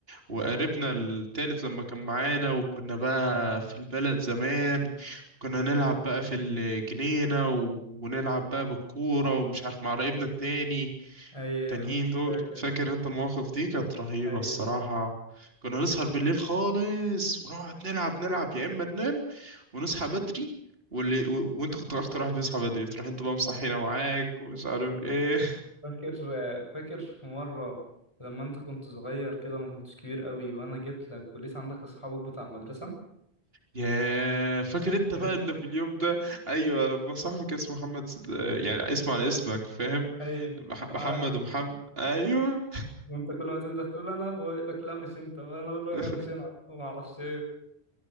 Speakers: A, on the right; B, on the left.
A: وقريبنا التالت لما كان معانا وكنا بقى في البلد زمان كنا نلعب بقى في الجنينة و- ونلعب بقى بالكورة ومش عارف مع قرايبنا التاني
B: أي
A: التانيين دول
B: فاكر
A: فاكر انت المواقف دي كانت رهيبة
B: أي
A: الصراحة كنا نسهر بالليل خالص ونقعد نلعب نلعب يا اما ننام ونصحى بدري واللي و... وانت كنت اكتر واحد بيصحى بدري تروح انت بقى مصحينا
B: عارف.
A: معاك ومش عارف ايه
B: فاكر فاكر في مرة لما أنت كنت صغير كده ما كنتش كبير قوي وأنا جيت لك ولسه عندك أصحابك بتاع المدرسة
A: يا فاكر انت
B: فاكر
A: بقى اللي في اليوم ده ايوه لما صاحبي كان اسمه محمد س- يعني اسمه على اسمك فاهم
B: أي
A: مح-
B: عارف.
A: محمد ومحمد ايوه
B: وأنت كل ما تنده تقول أنا بقول لك لا مش أنت وأنا أقول له
A: <laughs>
B: لا مش أنا وما أعرفش إيه